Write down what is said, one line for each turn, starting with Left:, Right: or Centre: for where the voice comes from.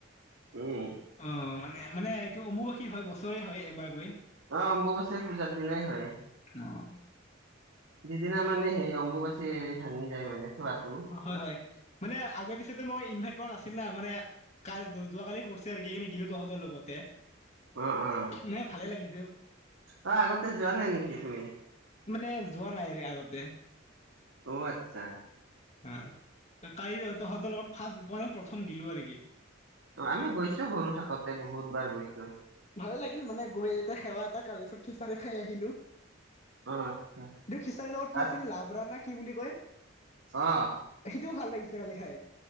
Right: উম
Left: অ মানে মানে এইটো অম্বুবাচী হয় বছৰে হয় এবাৰকৈ
Right: অ 'অম্বুবাচীৰ পূজাৰ দিনাই হয়
Left: অ'
Right: যিদিনা মানে হেৰি অম্বুবাচী এৰি ভাঙি যায় মানে চোৱাটো
Left: হয় হয় মানে আগৰ পিছেতো মই ইনভাইট কৰা নাছিলো <unintelligible> মানে কাল যোৱাকালি কৰিছে আৰু এইখিনি গিলো তহঁতৰ লগত
Right: অ অ
Left: মানে ভালে লাগিছে
Right: অ আগতে যোৱা নাই নেকি তুমি
Left: মানে যোৱা নাই আগতে
Right: অ আতচ্ছা
Left: হা কাই তহঁতৰ লগত ফাৰ্ষ্ট মানে প্ৰথম গিলো আৰু কি
Right: অ' আমি গৈছো সৰু থাকোতে বহুত বাৰ গৈছো
Left: ভালে লাগিল মানে গৈ এতিয়া সেৱা এটা তাৰপিছত খিচাৰি খাই আহিলো।
Right: অ আচ্ছা
Left: খিচাৰি লগত
Right: তাত
Left: কি আছিল লাভৰা না কি বুলি কয়
Right: অ
Left: সেইটোও ভাল লাগিছে কালি খাই